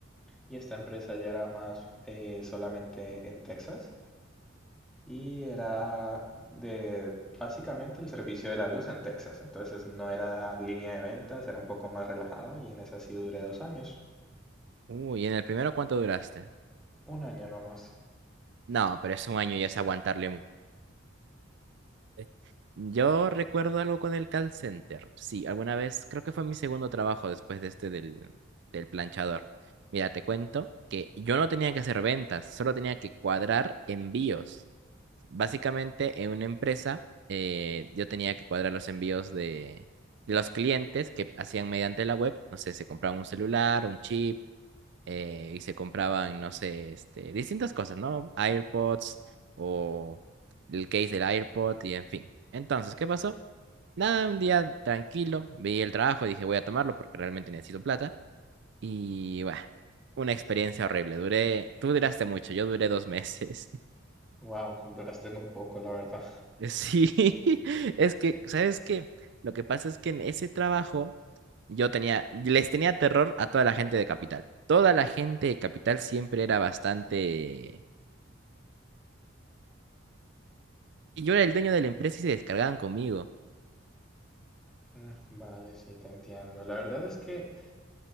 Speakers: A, in the centre; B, on the right (about 60°).
A: Y esta empresa ya era más eh, solamente en Texas y era de básicamente el servicio de la luz en Texas. Entonces no era línea de ventas, era un poco más relajado y en esa sí duré dos años.
B: Uy, ¿en el primero cuánto duraste?
A: Un año nomás.
B: No, pero es un año y es aguantarle. mu- eh. Yo recuerdo algo con el call center. Sí, alguna vez, creo que fue mi segundo trabajo después de este del, del planchador. Mira, te cuento que yo no tenía que hacer ventas, solo tenía que cuadrar envíos. Básicamente, en una empresa, eh, yo tenía que cuadrar los envíos de, de los clientes que hacían mediante la web. No sé, se compraban un celular, un chip eh, y se compraban, no sé, este, distintas cosas, ¿no? AirPods o el case del AirPod y en fin. Entonces, ¿qué pasó? Nada, un día tranquilo, vi el trabajo y dije voy a tomarlo porque realmente necesito plata. Y bueno, una experiencia horrible. Duré, tú duraste mucho, yo duré dos meses. <laughs>
A: Wow, duraste muy poco, la verdad.
B: Sí, <laughs> es que, ¿sabes qué? Lo que pasa es que en ese trabajo yo tenía, les tenía terror a toda la gente de Capital. Toda la gente de Capital siempre era bastante Y yo era el dueño de la empresa y se descargaban conmigo.
A: Mm, Vale, sí, te entiendo. La verdad es que